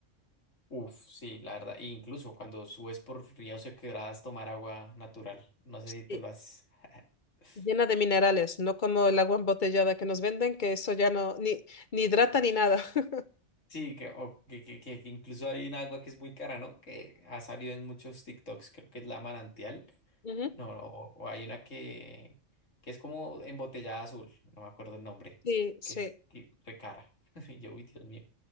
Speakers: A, on the left; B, on the left.
A: Uf, sí, la verdad. e incluso cuando subes por ríos o quebradas, tomar agua natural. No sé
B: Sí,
A: si tú lo haces. <laughs>
B: llena de minerales, no como el agua embotellada que nos venden, que eso ya no, ni, ni hidrata ni nada. <laughs>
A: Sí, que, o que, que- que- que incluso hay un agua que es muy cara, ¿no? Que ha salido en muchos TikToks, creo que es la manantial.
B: Ujú.
A: No, o, o hay una que, que es como embotellada azul, no me acuerdo el nombre,
B: Sí, sí.
A: que es que, re cara. <laughs> Y yo, uy, Dios mío,